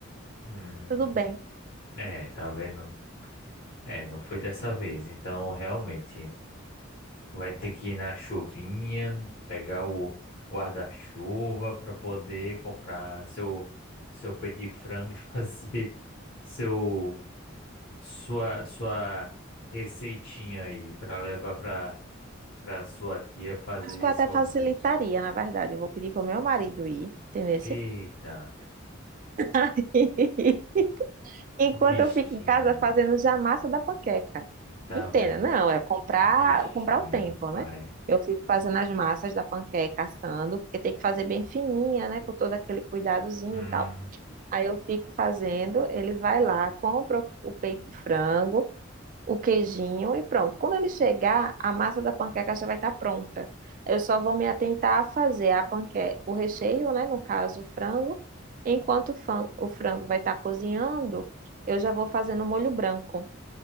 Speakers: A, on the left; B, on the right.
A: Hum,
B: Tudo bem.
A: é, tá vendo? É, não foi dessa vez, então realmente. Vai ter que ir na chuvinha, pegar o guarda-chuva para poder comprar seu seu pé de frango e <laughs> fazer seu sua sua receitinha aí para levar para para sua tia fazer
B: Acho que eu
A: esse
B: até
A: almoço.
B: facilitaria, na verdade. Eu vou pedir pro meu marido ir, entendeu?
A: Eita,
B: <laughs> Enquanto
A: um bichinho.
B: eu fico em casa fazendo já a massa da panqueca.
A: Tá
B: Entenda,
A: vendo?
B: não, é comprar,
A: Bichinho,
B: comprar o tempo,
A: rapaz.
B: né? Eu fico fazendo as massas da panqueca, assando, porque tem que fazer bem fininha, né? Com todo aquele cuidadozinho
A: Hum,
B: e tal. Aí eu fico fazendo, ele vai lá, compra o o peito de frango, o queijinho e pronto. Quando ele chegar, a massa da panqueca já vai estar pronta. Eu só vou me atentar a fazer a panqueca, o recheio, né? No caso, o frango. Enquanto o fran- o frango vai estar cozinhando, eu já vou fazendo o molho branco,